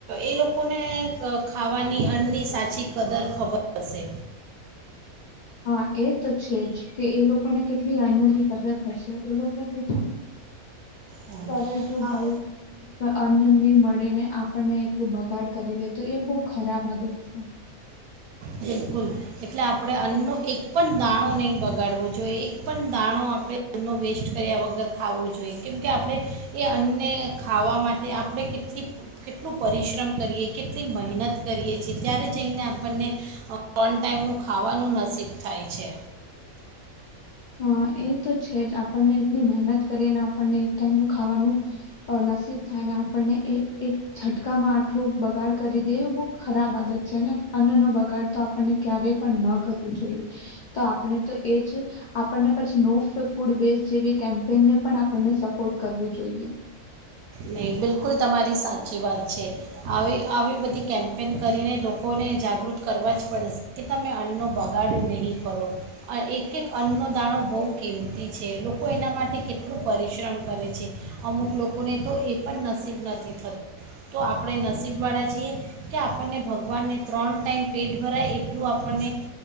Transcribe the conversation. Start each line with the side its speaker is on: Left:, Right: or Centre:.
Right: એ લોકોને ખાવાની અન્નની સાચી. કદર ખબર હશે.
Left: હા એ તો છે જ કે એ લોકોને કેટલી અન્નલી મદર હશે એ લોકો પ છે.
Right: હા.
Left: કર કે ભાઈ
Right: આ
Left: અન્ન નની મળે ને. આપણને એટલું બગાડ કરી દે તો એ બહુ ખરાબ આદત છે.
Right: બિલકુલ એટલે આપણે અન્નનો એક પણ દાણો નહીં બગાડવો જોઈએ એક પણ દાણો આપણે અન્નો વેસ્ટ કર્યા વગર ખાવો જોઈએ કેમકે આપણે એ અન્ને ખાવા માટે આપણે કેટલી કેટલું પરિશ્રમ કરીએ કેટલી મહેનત કરીએ છીએ ત્યારે જઈને આપણને ઓન ટાઈમનું ખાવાનું નસીબ થાય છે.
Left: હ એ તો છે જ આપણને એટલી મહેનત કરી અને આપણને એક ટાઈમનું ખાવાનું નસીબ થાય ને આપણને એ એક છટકામાં આટલું બગાડ કરી દેએ એ બહુ ખરાબ આદત છે ને અન્નનો બગાડ તો આપણને ક્યારેય પણ ન કરવું જોઈએ તો આપણે તો એ જ આપણને પછી નો ફૂડ વેસ્ટ જેવી કેમ્પેનને પણ આપણને સપોર્ટ કરવું જોઈએ.
Right: નહીં બિલકુલ તમારી સાચી વાત છે, આવી આવી બધી કેમ્પેન કરીને લોકોને જાગૃત કરવા જ પડશે કે તમે અન્નનો બગાડ નહીં કરો, એક-એક અન્નનો દાણો બહુ કિંમતી છે લોકો એના માટે કેટલું પરિશ્રમ કરે છે અમુક લોકોને તો એ પણ નસીબ નથી થતું તો આપણે નસીબવાળા છીએ કે આપણને ભગવાનને ત્રણ ટાઈમ પેટ ભરાય એટલું આપણને